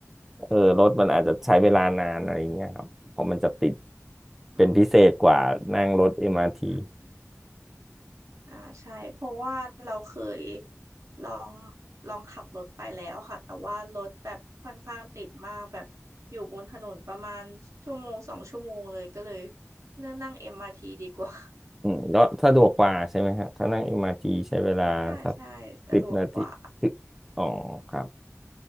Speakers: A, in the centre; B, on the right.
A: เออรถมันอาจจะใช้เวลานานอะไรอย่างเงี้ยครับเพราะมันจะติดเป็นพิเศษกว่านั่งรถเอ็มอาร์ที
B: อ๋อ อ่าใช่เพราะว่าเราเคยลองลองขับรถไปแล้วค่ะแต่ว่ารถแบบค่อนข้างติดมากแบบอยู่บนถนนประมาณชั่วโมงสองชั่วโมงเลยก็เลยเลือกนั่ง MRT ดีกว่า <laughs>
A: อืมก็สะดวกกว่าใช่ไหมครับถ้านั่งเอ็มอาร์ทีใช้เวลาสัก
B: ใช่ใช่สะดวกกว่า
A: สิบนาทีถึงอ๋อครับ